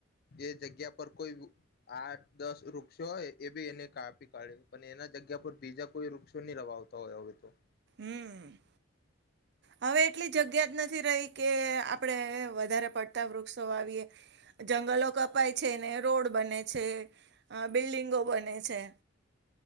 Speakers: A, on the left (about 50°); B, on the right (about 55°).
A: એ જગ્યા પર કોઈ આઠ દસ વૃક્ષો હોય. એ બી એને કાપી કાઢે. પણ એના જગ્યા પર બીજા કોઈ વૃક્ષો નહી લવાતા હોય હવે તો.
B: હમ્મ હવે એટલી જગ્યા જ નથી રહી કે આપડે વધારે પડતા વૃક્ષો આવીએ. જંગલો કપાય છે, ને રોડ બને છે, અ બિલ્ડિંગો બને છે.